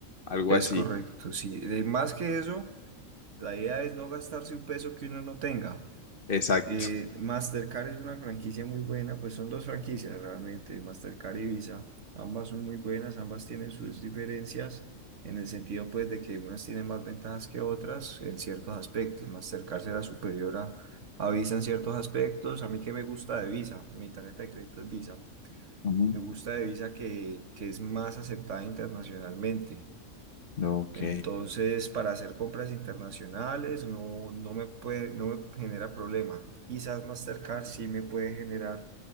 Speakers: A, on the left (about 45°); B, on the right (about 65°).
A: Algo
B: Es
A: así.
B: correcto, sí. Eh, más que eso, la idea es no gastarse un peso que uno no tenga.
A: Exacto.
B: Eh, Mastercard es una franquicia muy buena, pues son dos franquicias realmente, Mastercard y Visa. Ambas son muy buenas, ambas tienen sus diferencias en el sentido pues de que unas tienen más ventajas que otras en ciertos aspectos. Mastercard será superior a, a Visa en ciertos aspectos. A mí que me gusta de Visa, mi tarjeta de crédito es Visa.
A: Ujú.
B: Me gusta de Visa que, que es más aceptada internacionalmente.
A: Ok,
B: Entonces, para hacer compras internacionales no, no me puede, no me genera problema. Quizás Mastercard sí me puede generar